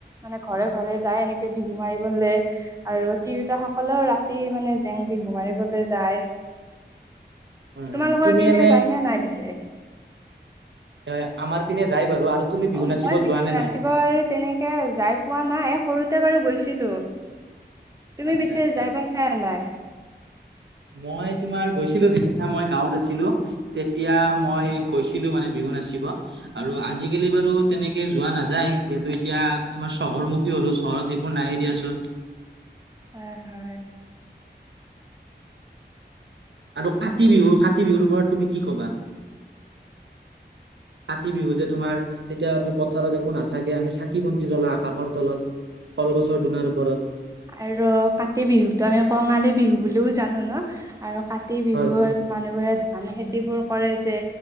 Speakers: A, on the right; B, on the right.
A: মানে ঘৰে -ঘৰে যাই এনেকে বিহু মাৰিবলে আৰু তিৰোতাসকলেও ৰাতি মানে জেং বিহু মাৰে। বলে যায়
B: উম উম
A: তোমালোকৰ
B: তুমি
A: পিনে
B: এনে
A: যায় নে নাই পিছে?
B: তে আমাৰ পিনে যাই বাৰু আৰু তুমি বিহু
A: অ মই
B: নাচিব
A: বিহু
B: যোৱা নে
A: নাচিব
B: নাই?
A: বাৰু তেনেকে যাই পোৱা নাই সৰুতে বাৰু গৈছিলো। তুমি
B: আচ্ছা
A: পিছে
B: আচ্ছা।
A: যাই পাইছা নে নাই?
B: মই তোমাৰ গৈছিলোঁ যেতিয়া মই গাঁৱত আছিলোঁ। তেতিয়া মই গৈছিলোঁ মানে বিহু নাচিব। আৰু আজিকালি বাৰু তেনেকে যোৱা নাযায় যিহেতু এতিয়া তোমাৰ চহৰ মুুখ মুখী হ'লো চহৰত সেইবোৰ নায়েই দিয়াচোন।
A: পাৰ হ।
B: আৰু কাতি বিহু -কাতি বিহুৰ ওপৰত তুমি কি ক'বা? কাতি বিহু যে তোমাৰ তেতিয়া আমি পথাৰত একো নাথাকে আমি চাকি বন্তি জ্বলাও আকাশৰ তলত। কলগছৰ দুনাৰ ওপৰত।
A: আৰ কাতি বিহুতো আমি কঙালী বিহু বুলিওঁ জানো ন, আৰু কাতি বিহুত
B: হয়।
A: মানুহবোৰে ধান খেতি বোৰ কৰে যে